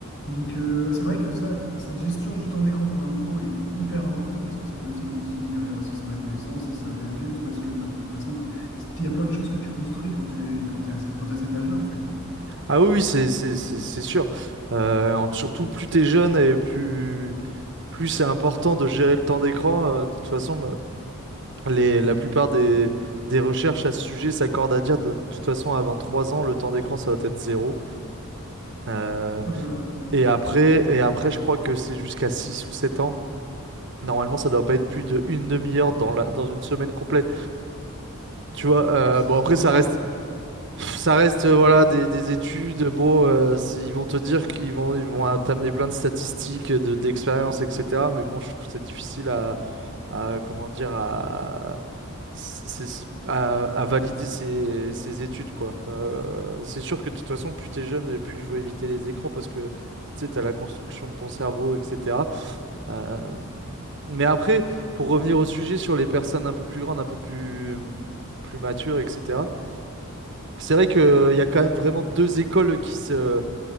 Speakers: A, on the left; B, on the right.
A: Donc, euh, c'est vrai que ça, cette gestion du temps d'écran pour un enfant est hyper important parce que ça peut aussi conditionner derrière aussi son adolescence et sa vie adulte parce que bah, de toute façon, il y a plein de choses que tu construis quand tu es, quand t'es à, cet- quand t'as cet âge-là, en fait.
B: Ah oui, oui, c'est c'est- c'est- c'est sûr. Euh, en- surtout plus t'es jeune et plus plus c'est important de gérer le temps d'écran. Euh, de toute façon, bah, les, la plupart des, des recherches à ce sujet s'accordent à dire de, de toute façon avant 3 ans, le temps d'écran ça doit être zéro. Euh,
A: Ah bah,
B: et après, et après, je crois que c'est jusqu'à 6 ou 7 ans. Normalement, ça doit pas être plus de une demi-heure dans la, dans une semaine complète. Tu vois, euh,
A: c'est-
B: bon après ça reste, ça reste euh, voilà des, des études. Bon, euh, c'est- ils vont te dire qu'ils vont, ils vont t'amener plein de statistiques, de d'expériences, etc. Mais bon, je trouve que c'est difficile à, à, comment dire à, c'est- c'est- à, à valider ces, ces études quoi. Euh, c'est sûr que de toute façon, plus t'es jeune, et plus il faut éviter les écrans parce que tu sais, t'as la construction de ton cerveau, etc. Euh, mais après, pour revenir au sujet sur les personnes un peu plus grandes, un peu plus, plus matures, etc., c'est vrai qu'il y a quand même vraiment deux écoles qui se,